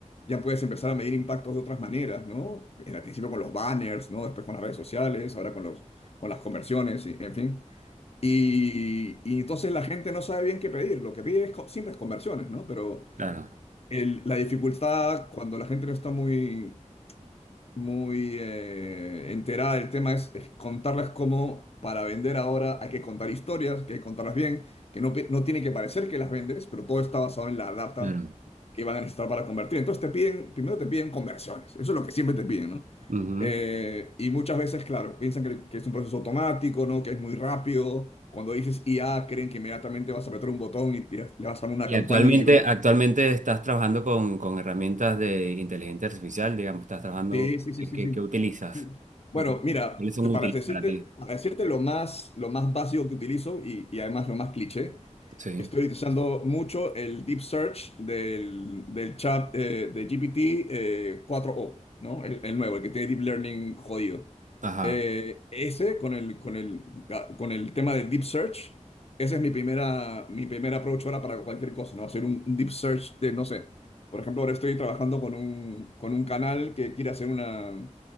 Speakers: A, on the left; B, on the right.
A: ya puedes empezar a medir impactos de otras maneras, ¿no? En al principio con los banners, ¿no? Después con las redes sociales, ahora con los, con las conversiones, y, en fin. Y, y entonces la gente no sabe bien qué pedir. Lo que pide es co- siempre es conversiones, ¿no? Pero
B: claro,
A: el- la dificultad cuando la gente no está muy, muy eh, enterada del tema es, es contarlas como para vender ahora hay que contar historias, que hay que contarlas bien, que no, pe- no tiene que parecer que las vendes, pero todo está basado en la data
B: claro.
A: que van a necesitar para convertir. Entonces te piden, primero te piden conversiones, eso es lo que siempre te piden, ¿no?
B: Ujú.
A: Eh, y muchas veces, claro, piensan que, que es un proceso automático, ¿no? Que es muy rápido. Cuando dices IA, creen que inmediatamente vas a apretar un botón y le le vas a dar una
B: Y
A: campaña
B: actualmente,
A: y van
B: actualmente estás trabajando con, con herramientas de inteligencia artificial, digamos, estás trabajando,
A: Sí, sí, sí,
B: ¿qué,
A: sí,
B: qué,
A: sí.
B: qué utilizas?
A: Sí. Bueno,
B: ¿O cu-
A: mira,
B: cuáles son
A: te-
B: útiles
A: para decirte,
B: para ti?
A: para decirte lo más, lo más básico que utilizo y, y además lo más cliché,
B: Sí,
A: Estoy utilizando mucho el Deep Search del, del chat eh, de GPT eh, 4o, ¿no? El, el nuevo, el que tiene Deep Learning jodido.
B: ajá,
A: Eh, ese con el, con el, ah, con el tema de Deep Search, ese es mi primera, mi primera approach ahora para cualquier cosa, ¿no? Hacer un, un Deep Search de, no sé, por ejemplo, ahora estoy trabajando con un, con un canal que quiere hacer una,